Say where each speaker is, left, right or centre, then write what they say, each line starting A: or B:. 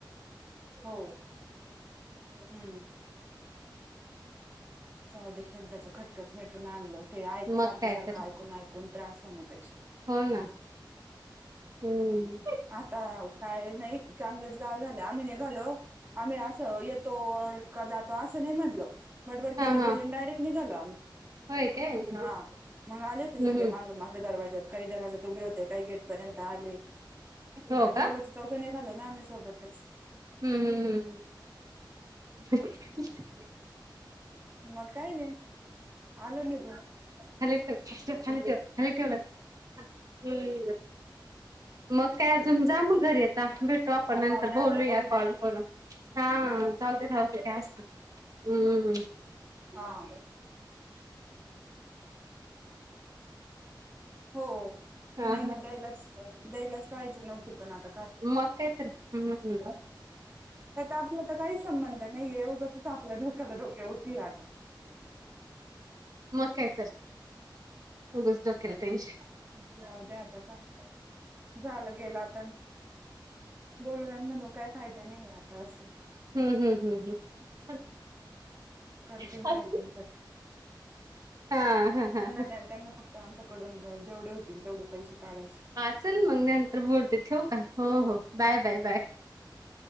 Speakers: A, on the right; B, on the right.
A: हो हम्म जाऊ दे हेदाचं खटकच मिटून आणलं ते ऐक
B: मग
A: सारखं
B: काय
A: सारखं
B: तर
A: ऐकून ऐकून त्रास होण्यापेक्षा
B: हो ना हम्म
A: आता काय नाही चांगलेच गार झाले आम्ही निघालो आम्ही अस येतो जातो असं नाही म्हटल बडबड केली
B: हा हा
A: केली डायरेक्ट निघालो आम्ही
B: होय काय हम्म
A: हा मग आले ते सगळे
B: हम्म
A: माग माग दरवाज्यात काही दराजात त उभे होते काही गेट पर्यंत आले
B: हो
A: आणि
B: का
A: चौघाची चौघं निघालो ना आम्ही सोबतच
B: हम्म हम्म हम्म हम्
A: मग काय नाही आलो निघ
B: खाली ठेव खाली ठेव खाली ठेव खाली ठेवलं हम्म मग काय अजून जा म घरी येता भेटू आपण नंतर
A: जाऊ द्या
B: बोलूया
A: आता बघू
B: कॉल करून हा. चते सते जास्त हम्मम हम्.
A: हा. हो
B: हा
A: नाही म्हण
B: हा
A: द यालाच द्यायलाच पाहिजे नव्हते पण आता काय?
B: मक्यत हम्.
A: तर आपण तर काही संबंध नाहीये उगंच आपल्या धोक्याला डोक्या उती राहतात.
B: मकयतल गुसदोकेल टेनशन
A: जाऊ द्या आता तर झालं गेलं आता बोलून म्हणून काय फायदाे नाहीे आता असे.
B: हम्म हम्म हम्
A: करतील
B: हम्.
A: काय पण चट
B: हा हा हा.
A: त्यांना त्यांना फक्त आमच्याकडून जेवढे होतील तेवढे पैसे काढायचे.
B: हा चल मग नंतर बोलते ठेव का हो हो बाय बाय बाय.